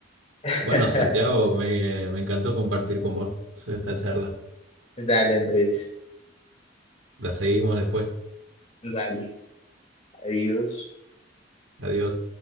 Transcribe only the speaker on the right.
Bueno, Santiago, me, me encantó compartir con vos esta charla.
La seguimos después.
Adiós.